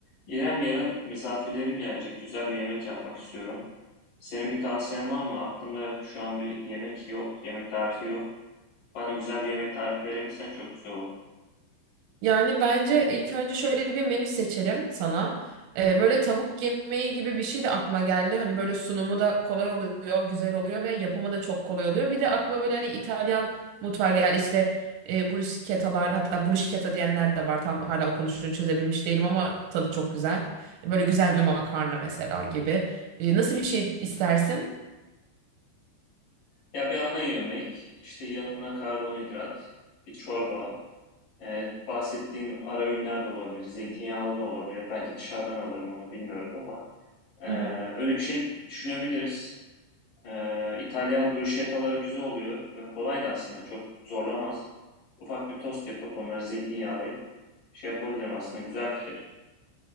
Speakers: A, on the left (about 50°); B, on the right (about 80°).
A: İrem, yarın misafirlerim gelecek. Güzel bir yemek yapmak istiyorum. Senin bir tavsiyen var mı? Aklımda şu an bir yemek yok, yemek tarifi yok. Bana güzel bir yemek tarifi verebilsen çok güzel olur.
B: Yani bence ilk önce şöyle bir menü seçelim sana. Ee, böyle tavuk yemeği gibi bir şey de aklıma geldi. Hani böyle sunumu da kolay oluyor, güzel oluyor ve yapımı da çok kolay oluyor. Bir de aklıma böyle hani İtalyan mutfağı geldi. İşte e, bruschettalar hatta bruschetta diyenler de var. Tam hala okunuşunu çözebilmiş değilim ama tadı çok güzel. Böyle güzel bir makarna mesela gibi. E, nasıl bir şey istersin?
A: Ya bir ana yemek, işte yanına karbonhidrat, bir çorba, e, bahsettiğin ara öğünler de olabilir, zeytinyağlı da olabilir. Belki dışarıdan alırım onu bilmiyorum ama e,
B: Hı hı.
A: öyle bir şey düşünebiliriz. Ee, İtalyan bruschettaları güzel oluyor ve kolay da aslında çok zorlamaz. Ufak bir tost yapıp onları zeytinyağlayıp şey yapabilirim aslında güzel fikir.